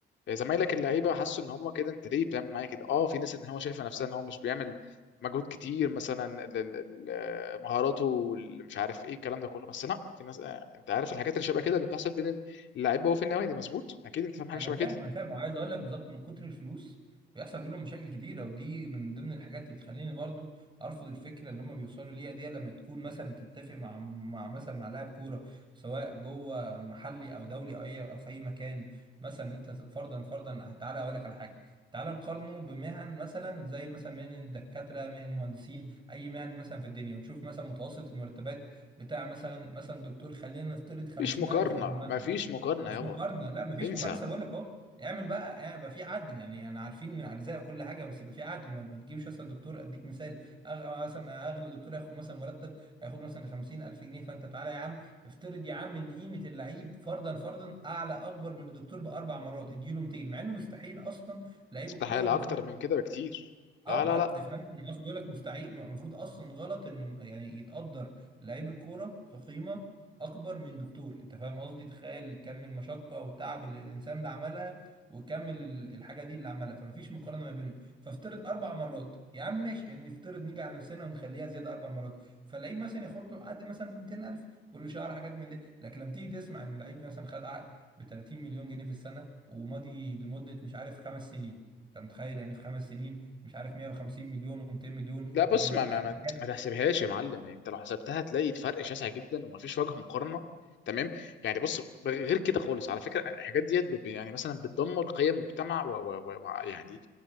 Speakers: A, on the left (about 65°); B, on the right (about 25°).
A: زمايلك اللعيبه حسوا ان هم كده انت ليه بتعمل معايا كده اه في ناس ان هو شايفه نفسها ان هو مش بيعمل مجهود كتير مثلا ال- ال- ال- مهاراته وال- مش عارف ايه الكلام ده كله بس لا في ناس آه، انت عارف الحاجات اللي شبه كده اللي بتحصل بين اللعيبه وفي النوادي مظبوط اكيد انت فاهم حاجه
B: انا
A: شبه
B: فاهم
A: كده
B: انا فاهم وعايز اقول لك بالظبط من كتر الفلوس بيحصل بينهم مشاكل كتيره ودي من ضمن الحاجات اللي بتخليني برضو ارفض الفكره اللي هم بيوصلوا ليها دي لما تكون مثلا تتفق مع مع مثلا مع لاعب كوره سواء جوه محلي او دولي او اي او في اي مكان مثلا انت فرضا فرضا تعالى اقول لك على حاجه تعالى نقارنه بمهن مثلا زي مثلا مهن الدكاتره مهن المهندسين اي مهن مثلا في الدنيا ونشوف مثلا متوسط المرتبات بتاع مثلا مثلا دكتور خلينا نفترض 50000
A: مفيش مقارنه
B: جنيه مثلا
A: مفيش مقارنه
B: مش
A: يابا
B: مقارنه لا مفيش
A: انسى
B: مقارنه لسه بقول لك اهو اعمل بقى اعمل- يبقى في عدل يعني يعني عارفين ارزاق وكل حاجه بس يبقى في عدل ما ما تجيبش مثلا دكتور اديك مثال أغ... مثلا اغلى دكتور هياخد مثلا مرتب هياخد مثلا 50000 جنيه فانت تعالى يا عم افترض يا عم ان قيمه اللعيب فرضا فرضا اعلى اكبر من الدكتور باربع مرات اديله 200 مع انه مستحيل اصلا لعيب
A: استحالة
B: الكوره المفروض
A: اكتر من كده بكتير
B: اه
A: لا لا
B: بقى
A: لا
B: افهمني المصري بيقول لك مستحيل المفروض اصلا غلط ان يعني يتقدر لعيب الكوره كقيمه اكبر من دكتور انت فاهم قصدي تخيل كم المشقه والتعب اللي الانسان ده عملها وكم ال- الحاجه دي اللي عملها فمفيش مقارنه ما بينهم فافترض اربع مرات يا عم ماشي ان نفترض نيجي على نفسنا ونخليها زياده اربع مرات فاللعيب مثلا ياخد له عقد مثلا ب 200000 كل شهر حاجات من دي لكن لما تيجي تسمع ان اللعيب مثلا خد عقد ب 30 مليون جنيه في السنه وماضي لمده مش عارف خمس سنين انت متخيل يعني في خمس سنين مش عارف 150 مليون و200 مليون
A: لا بص
B: ده غير بقى
A: ما
B: الاعلانات
A: ما ما, ما تحسبهاش يا معلم انت لو حسبتها هتلاقي الفرق شاسع جدا ومفيش وجه مقارنة تمام يعني بص غير كده خالص على فكرة الحاجات ديت بت- يعني مثلا بتدمر قيم مجتمع و, و, و, و يعني